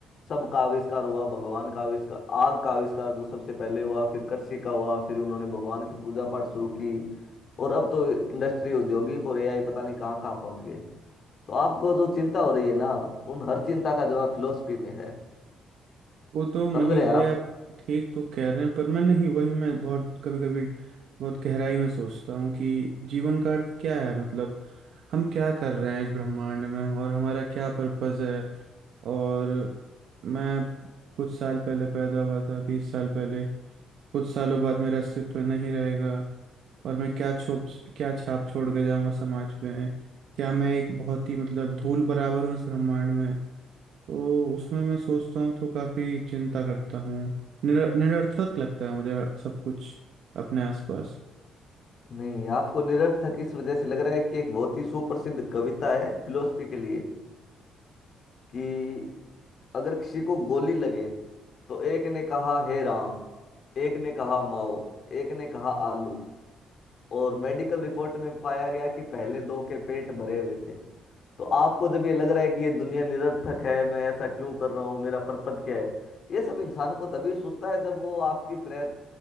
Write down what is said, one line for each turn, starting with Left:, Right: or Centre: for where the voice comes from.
Left: सब का आविष्कार हुआ भगवान का आविष्कार आग का आविष्कार जो सबसे पहले हुआ फिर कृषि का हुआ फिर उन्होंने भगवान की पूजा पाठ शुरू की और अब तो इंडस्ट्री औद्योगिक और एआई पता नहीं कहाँ कहाँ पहुंच गए तो आपको जो चिंता हो रही है ना उन हर चिंता का जवाब फिलोसफी में है
Right: वो तो मनीष
Left: समझ रहे हैं
Right: भाई
Left: आप
Right: आप ठीक तो कह रहे हैं पर मैं नहीं वही मैं बहुत कभी कभी बहुत गहराई में सोचता हूँ कि जीवन का अर्थ क्या है मतलब हम क्या कर रहे हैं इस ब्रह्मांड में और हमारा क्या पर्पज है और मैं कुछ साल पहले पैदा हुआ था बीस साल पहले कुछ सालों बाद मेरा अस्तित्व नहीं रहेगा और मैं क्या छोप क्या छाप छोड़ के जाऊंगा समाज में क्या मैं एक बहुत ही मतलब धूल बराबर हूँ इस ब्रह्मांड में तो उसमें मैं सोचता हूँ तो काफी चिंता करता हूँ निर, निरर्थक लगता है मुझे सब कुछ अपने आसपास
Left: नहीं आपको निरर्थक इस वजह से लग रहा है कि एक बहुत ही सुप्रसिद्ध कविता है फिलोसफी के लिए कि अगर किसी को गोली लगे तो एक ने कहा हे राम एक ने कहा माओ एक ने कहा आलू और मेडिकल रिपोर्ट में पाया गया कि पहले दो के पेट भरे हुए थे तो आपको जब ये लग रहा है कि ये दुनिया निरर्थक है मैं ऐसा क्यों कर रहा हूँ मेरा पर्पज क्या है ये सब इंसान को तभी सूझता है जब वो आपकी तरह